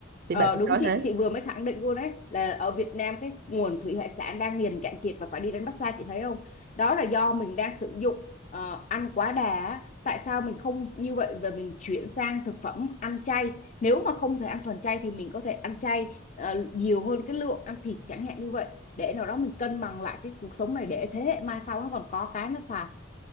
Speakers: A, on the right (about 50°); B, on the left (about 40°).
A: thì
B: Ờ,
A: bạn chị
B: đúng
A: nói
B: chị
A: thế
B: chị vừa mới khẳng định luôn đấy là ở Việt Nam cái nguồn thủy hải sản đang liền cạn kiệt và phải đi đánh bắt xa chị thấy không đó là do mình đang sử dụng ờ, ăn quá đà á. tại sao mình không như vậy và mình chuyển sang thực phẩm ăn chay nếu mà không thể ăn thuần chay thì mình có thể ăn chay ờ, nhiều hơn cái lượng ăn thịt chẳng hạn như vậy để nào đó mình cân bằng lại cái cuộc sống này để thế hệ mai sau nó còn có cái nó xài